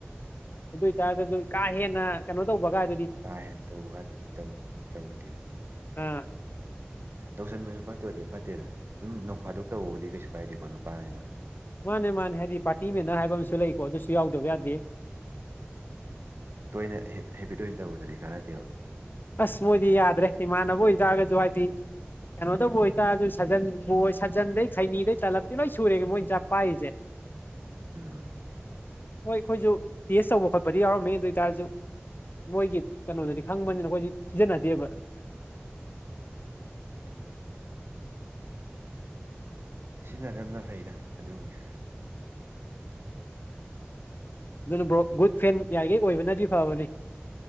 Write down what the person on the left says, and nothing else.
ꯑꯗꯨ ꯑꯣꯏꯇꯥꯔꯒꯗꯤ ꯀꯥ ꯍꯦꯟꯅ ꯀꯩꯅꯣ ꯇꯧꯕꯒ
ꯑꯥ
ꯃꯥꯅꯦ ꯃꯥꯅꯦ ꯍꯥꯏꯗꯤ ꯄꯥꯔꯇꯤ ꯃꯦꯅꯔ ꯍꯥꯏꯕ ꯑꯃꯁꯨ ꯂꯩꯀꯣ ꯑꯗꯨꯁꯨ ꯌꯥꯎꯗꯕ ꯌꯥꯗꯦ
ꯑꯁ ꯃꯣꯏꯗꯤ ꯌꯥꯗ꯭ꯔꯦ ꯏꯃꯅꯕꯨ ꯏꯒꯁꯨꯋꯥꯗꯤ ꯀꯩꯅꯣꯗꯕꯨ ꯑꯣꯏꯇꯥꯔ ꯑꯗꯨ ꯁꯥꯖꯟꯕꯨ ꯑꯣꯏ ꯁꯥꯖꯟꯗꯩ ꯈꯩꯅꯤꯗꯩ ꯇꯥꯂꯞꯇꯤ ꯂꯣꯏ ꯁꯨꯔꯦꯒꯦ ꯃꯣꯏꯅ ꯆꯥꯛ ꯄꯥꯏꯔꯤꯁꯦ
ꯍꯣꯏ ꯑꯩꯈꯣꯏꯁꯨ ꯇꯦꯁ ꯇꯧꯕ ꯈꯣꯠꯄꯗꯤ ꯌꯥꯎꯔꯝꯃꯦ ꯑꯗꯨ ꯑꯣꯏꯇꯥꯔꯁꯨ ꯃꯣꯏꯒꯤ ꯀꯩꯅꯣꯗꯗꯤ ꯈꯪꯕꯅꯤꯅ ꯑꯩꯈꯣꯏꯗꯤ ꯁꯤꯖꯤꯟꯅꯗꯦꯕ
ꯑꯗꯨꯅ ꯕ꯭ꯔꯣ ꯒꯨꯗ ꯐꯦꯟ ꯌꯥꯔꯤꯈꯩ ꯑꯣꯏꯕꯅꯗꯤ ꯐꯕꯅꯤ